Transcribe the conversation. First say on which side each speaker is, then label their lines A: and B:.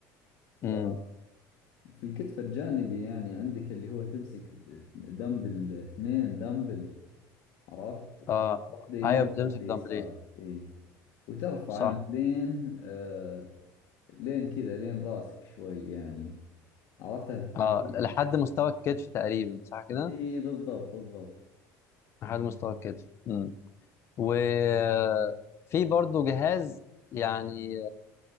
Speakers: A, on the left; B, on the left.
A: ف
B: امم
A: في الكتف الجانبي يعني عندك اللي هو تمسك د- دمبل اثنين دمبل عرفت
B: أه
A: واحدة يمينك
B: أيوه بتمسك
A: واحدة
B: دمبلين
A: يسارك اي وترفع
B: صح
A: انت لين آه لين كذا لين راسك شوي يعني عرفتها في التمرين
B: أه لحد مستوى الكتف تقريبا صح كده؟
A: اي بالضبط بالضبط
B: لحد مستوى الكتف امم وفي برضه جهاز يعني